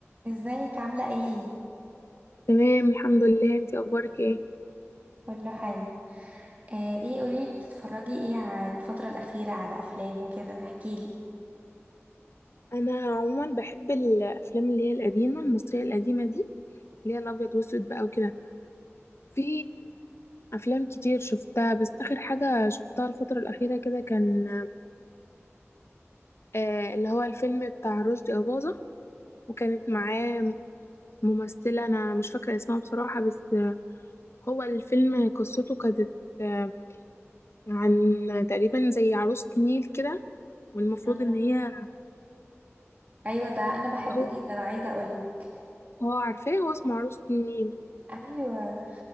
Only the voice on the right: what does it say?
ازيك عاملة ايه؟
كله حلو آه ايه قوليلي بتتفرجي ايه على الفترة الأخيرة على أفلام وكده احكيلي
مم.
ايوه ده انا بحبه
جدا عايزة اقولك
ايوه